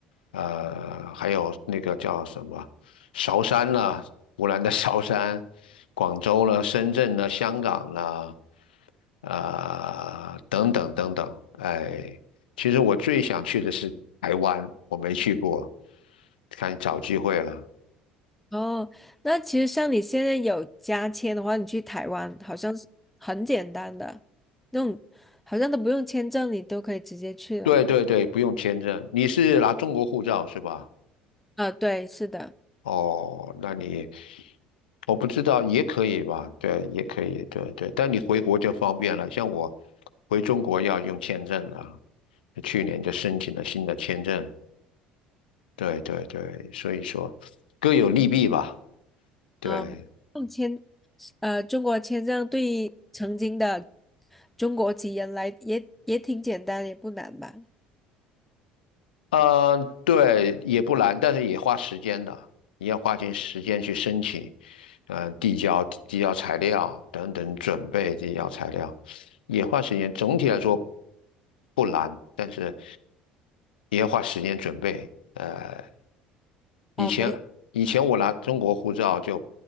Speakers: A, on the left; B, in the centre.
A: 呃，还有那个叫什么韶山啦，湖南的韶山，广州啦，深圳啦，香港啦。啊、等等等等，哎，其实我最想去的是台湾，我没去过，看找机会了。
B: 哦，那其实像你现在有加签的话，你去台湾好像是很简单的，那种好像都不用签证，你都可以直接去了。
A: 对对对，不用签证，你是拿中国护照是吧？
B: 啊，对，是的，
A: 哦，那你我不知道也可以吧？对，也可以，对对。但你回国就方便了，像我回中国要用签证了，去年就申请了新的签证。对对对，所以说各有利弊吧。对，
B: 啊，用签，呃，中国签证对于曾经的中国籍人来也也挺简单，也不难吧？
A: 嗯，对，也不难，但是也花时间的，你要花点时间去申请，嗯，递交递交材料等等，准备递交材料，也花时间。总体来说不难，但是也要花时间准备。呃，以前以前我拿中国护照就
B: 啊，没。